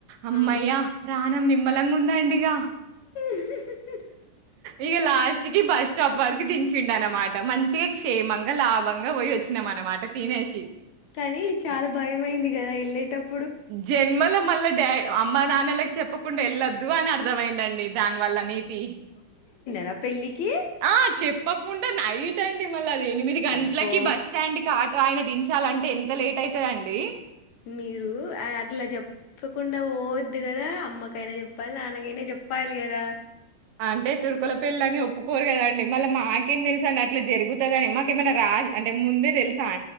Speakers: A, on the right (about 85°); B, on the left (about 65°).
A: అమ్మయ్యా
B: ఆ.
A: ప్రాణం నిమ్మలంగా ఉందండిగా
B: హ్హుహు
A: ఇగ లాస్ట్ కి బస్ స్టాప్ వరకు దించిండనమాట మంచిగా క్షేమంగా లాభా బంగా పోయి వచ్చినా అనమాట తినేసి
B: అని చాలా
A: హ్మ్.
B: భయంమయింది గదా వెళ్ళేటప్పుడు
A: జన్మలో మళ్ళీ డ్యా అమ్మ నాన్నలకి చెప్పకుండా వెళ్ళొద్దు అని అర్ అర్థమైందండి దాని వల్ల నీతి
B: రా పెళ్లికి
A: ఆ చెప్పకుండా నైట్ అండి మళ్ళీ అది ఎనిమిది గంట్లకి
B: అబ్బో
A: బస్ స్టాండ్కిి ఆటో ఆయన దించ్ చాలా అంటే ఎంత లేట్ ఐతదండి
B: మీరు అ అట్ల చెప్పకుండా పోవద్దు గదా అమ్మకైనా చెప్పాలి నాన్నకైనా చెప్పాలి గదా
A: అంటే తురుకొల్ల పెళ్లి అని ఒప్పుకోరు కదండి మళ్ళీ మాకేం తెలుసండి అట్ల జరుగుతదని మాకేమన్నా రా అంటే ముందే తెలుస్